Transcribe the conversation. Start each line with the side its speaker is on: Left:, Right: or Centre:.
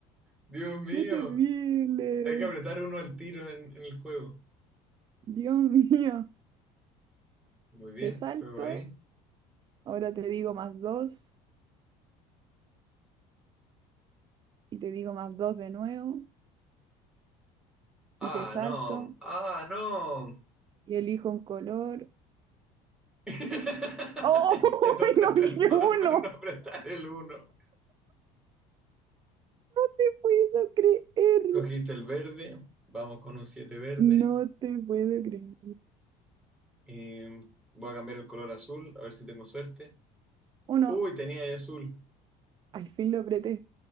Centre: Dios mío,
Right: ¡Qué terrible!
Centre: hay que apretar uno al tiro en, en el juego.
Right: Dios <laughs> mío.
Centre: Muy bien,
Right: Te salto,
Centre: juego ahí.
Right: ahora te digo más dos, y te digo más dos de nuevo,
Centre: Ah,
Right: y te salto,
Centre: no, ah, no.
Right: y elijo un color.
Centre: <laughs>
Right: ¡Oh! <laughs>
Centre: Y te tocó
Right: ¡No dije
Centre: no,
Right: uno!
Centre: no apretar el uno
Right: ¡No puedo creer!
Centre: Cogiste el verde, vamos con un 7 verde.
Right: No te puedo creer.
Centre: Y voy a cambiar el color azul, a ver si tengo suerte.
Right: Uno,
Centre: Uy, tenía ahí azul.
Right: al fin lo apreté.